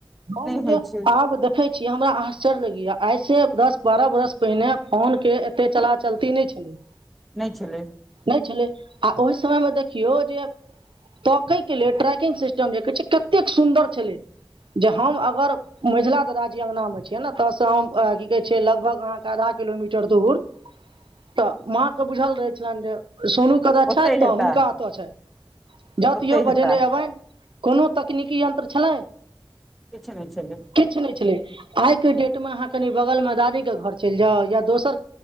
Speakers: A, on the right; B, in the centre.
A: हम जे
B: होइ छै
A: आब देख देखै छी हमरा आश्चर्य लगैया आइसँ दस बारह बरस पहिने फोन के एते चला चलती नै छलै <inaudible>
B: नै छलै
A: नै छलै आ ओहि समय मे देखियौ जे तोकै के लेल ट्रैकिंग सिस्टम जे कह छै कतेक सुन्दर छलै जे हम अगर मझिला दादाजी अङ्गना मे छैियै ने ऐतऽसँ हम की कहै छै लगभग अहाँके आधा किलोमीटर दूर तऽ माँकेँ बुझल रहै छलनि जे सोनू कतय छैथ
B: ओतै हेता
A: तऽ हुनका ओतय छैथ जौ त
B: ओतै
A: यौ
B: हेता
A: बजेने एबनि कोनो तकनीकी यन्त्र छलै
B: किछ ने छलै
A: किछु नै छलै आइके डेटमे अहाँ कनि बगलमे दादीके घर चैल जाउ या दोसर